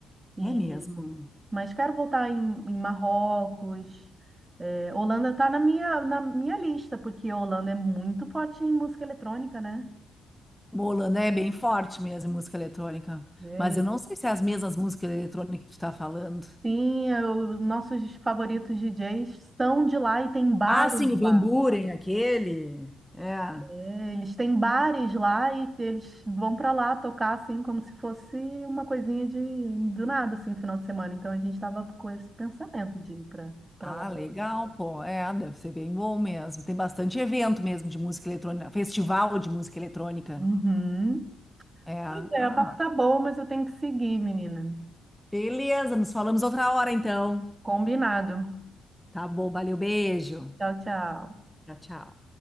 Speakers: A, on the right; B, in the centre.
A: E...
B: É mesmo.
A: Mas quero voltar em, em Marrocos. É, Holanda está na minha, na minha lista, porque a Holanda é muito forte em música eletrônica, né?
B: Bola, né? É bem forte mesmo, em música eletrônica.
A: É,
B: Mas
A: eu-
B: eu não sei se é as mesmas músicas eletrônicas que tu tá falando.
A: Sim, é, os nossos favoritos DJs são de lá e tem bares
B: Ah, sim, o
A: lá.
B: Van Buren, aquele. É.
A: É, Eles têm bares lá e eles vão para lá tocar assim como se fosse uma coisinha de do nada assim, final de semana. Então a gente estava com esse pensamento de ir para para
B: Ah,
A: lá. Pra
B: legal,
A: lá.
B: pô. É, deve ser bem bom mesmo. Tem bastante evento mesmo de música eletrônica, festival de música eletrônica.
A: Uhum.
B: É,
A: Pois é,
B: ah,
A: o papo
B: bacana.
A: tá bom, mas eu tenho que seguir, menina.
B: Beleza, nos falamos outra hora então.
A: Combinado.
B: Tá bom, valeu, beijo.
A: Tchau, tchau.
B: Tchau, tchau.